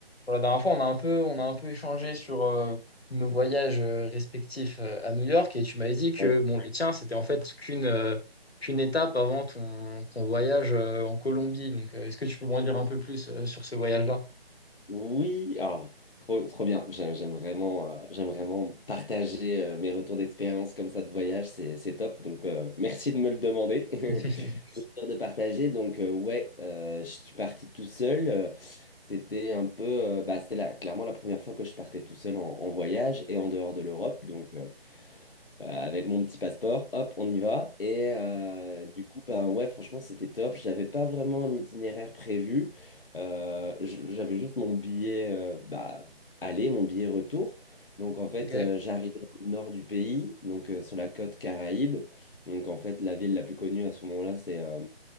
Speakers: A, on the left (about 75°); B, on the left (about 60°).
A: Voilà, la dernière fois, on a un peu, on a un peu échangé sur euh, nos voyages euh, respectifs euh, à New York et tu m'avais dit que
B: Ouais.
A: bon, le tien, c'était en fait qu'une euh, qu'une étape avant ton, ton voyage euh, en Colombie. Donc, euh, est-ce que tu peux m'en dire un peu plus euh, sur ce voyage-là?
B: Oui, alors, trop, trop bien. J'aime j'aime vraiment, euh, j'aime vraiment partager euh, mes retours d'expérience comme ça de voyage, c'est, c'est top. Donc, euh, merci de me le demander, <laughs>
A: <laughs>
B: Plaisir de partager. Donc, euh, ouais, euh, je suis parti tout seul. Euh, C'était un peu, euh, bah, c'était la- clairement la première fois que je partais tout seul en, en voyage et en dehors de l'Europe. Donc, euh, euh, avec mon petit passeport, hop, on y va. Et euh, du coup, ben ouais, franchement, c'était top. J'avais pas vraiment un itinéraire prévu. Euh, j- j'avais juste mon billet euh, bah, aller, mon billet retour. Donc en fait,
A: Ok,
B: euh, j'arrivais au nord du pays, donc euh, sur la côte Caraïbe. Donc en fait, la ville la plus connue à ce moment-là, c'est euh,